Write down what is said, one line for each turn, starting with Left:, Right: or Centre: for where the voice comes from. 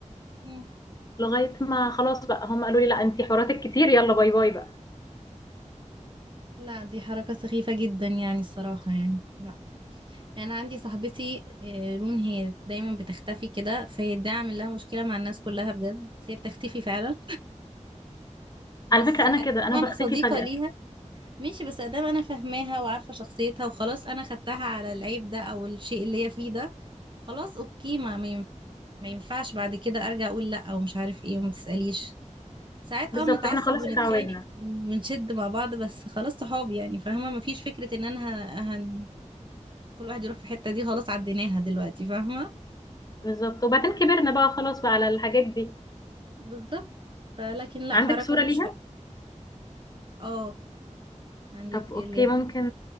Right: مم.
Left: لغاية ما خلاص بقى هم قالوا لي: "لأ أنتِ حواراتِك كتير يالّا باي باي بقى."
Right: لا دي حركة سخيفة جدا يعني الصراحة يعني لا يعني انا عندي صاحبتي آه، رون هي دايما بتختفي كده فهي ده عامل لها مشكله مع الناس كلها بجد بس هي بتختفي فعلا بس
Left: على فكرة
Right: ادام
Left: أنا كده، أنا باختفي
Right: انا صديقه
Left: فجأة،
Right: ليها ماشي بس ادام انا فاهماها وعارفه شخصيتها وخلاص انا خدتها على العيب ده او الشيء اللي هي فيه ده خلاص اوكي ما ما ينف- ما ينفعش بعد كده ارجع اقول لا او مش عارف ايه وما تساليش ساعات
Left: بالضبط،
Right: اه بنتعصب
Left: إحنا خلاص
Right: ونتخانق
Left: اتعوّدنا،
Right: ونشد مع بعض بس خلاص صحاب يعني فاهمه مفيش فكره ان انا ه- هن... كل واحد يروح في حته دي خلاص عديناها دلوقتي فاهمه
Left: بالضبط، وبعدين كبرنا بقى خلاص بقى على الحاجات دي.
Right: بالظبط فلكن لا
Left: عندِك
Right: حركة
Left: صورة
Right: مش
Left: ليها؟
Right: حلوة اه عندي
Left: طب
Right: كتير
Left: أوكي،
Right: ليها
Left: ممكن